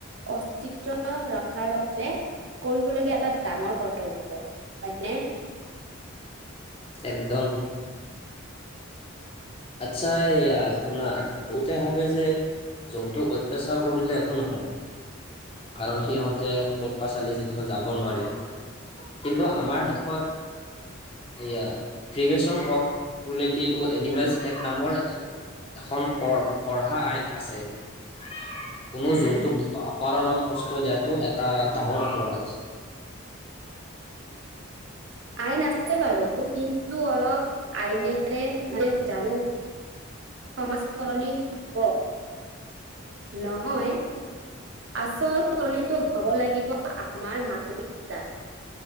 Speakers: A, on the right (about 60°); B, on the left (about 30°).
A: অস্তিত্ব ৰখাৰ বাবে কৰিবলগীয়া এটা ডাঙৰ কৰ্তব্য, হয়নে।
B: একদম। আচ্ছা এইয়া শুনা বহুতে ভাবে যে জন্তুক অত্যাচাৰ কৰিলে একো নহয়। কাৰণ সিহঁতে ক'ত পাছালি যেতিয়া যাব নোৱাৰে কিন্তু আমাৰ দেশত এয়া prevention of cruelty to animals এক নামৰ এখন ক পঢ়া আইন আছে। কোনো
A: উম
B: জন্তুক অপণত কষ্ট দিয়াটো এটা ডাঙৰ অপৰাধ
A: আইন আছে বাৰু কিন্তু অলপ আইনেৰে মানে জানো সমাজ সলনি হ'ব। নহয় আচল সলনিটো হব লাগিব আমাৰ মানসিকতাৰ